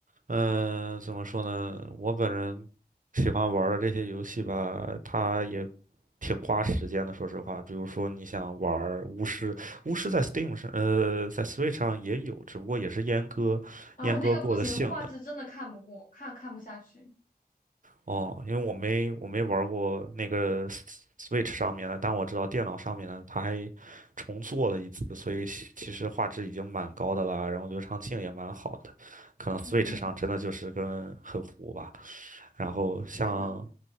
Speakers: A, on the right; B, on the left.
A: 嗯、怎么说呢？我本人喜欢玩儿的这些游戏吧，它也挺花时间的。说实话，比如说你想玩儿巫师，巫师在 Steam 上，呃，在 Switch 上也有，只不过也是阉割、
B: 啊，
A: 阉割过的性能。
B: 那个不行，画质真的看不过，看看不下去。
A: 哦，因为我没我没玩过那个 S- w i t c h 上面的，但我知道电脑上面的，它还重做了一次，所以其其实画质已经蛮高的了，然后流畅性也蛮好的，可能 Switch
B: 嗯，
A: 上真的就是跟很糊吧。然后像
B: 对的，